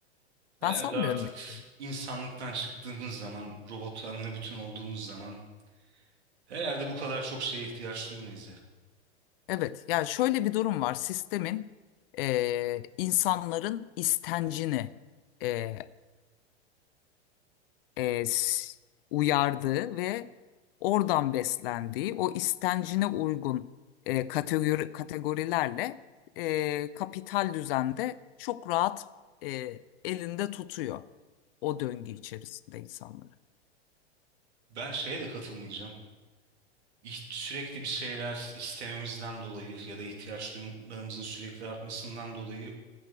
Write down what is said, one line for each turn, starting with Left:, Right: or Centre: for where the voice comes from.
Right: Herhalde
Left: Ben sanmıyorum
Right: artık
Left: biteceğini.
Right: insanlıktan çıktığımız zaman, robotlarla bütün olduğumuz zaman herhalde bu kadar çok şeye ihtiyaç duymayız ya.
Left: Evet, yani şöyle bir durum var. Sistemin e, insanların istencini e, e, s- uyardığı ve oradan beslendiği o istencine uygun e, kategori, kategorilerle e, kapital düzende çok rahat e, elinde tutuyor o döngü içerisinde insanları.
Right: Ben şeye de katılmayacağım. İh- Sürekli bir şeyler istememizden dolayı ya da ihtiyaç duymalarımızın sürekli artmasından dolayı